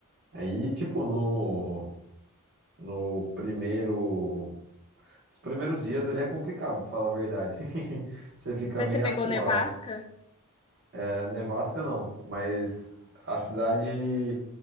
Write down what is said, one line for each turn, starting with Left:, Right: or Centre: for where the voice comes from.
Right: Aí, tipo, no, no primeiro, os primeiros dias ali é complicado, pra falar a verdade. <laughs> Você fica
Left: mas
Right: meio
Left: você pegou
Right: acuado.
Left: nevasca?
Right: É, nevasca não, mas a cidade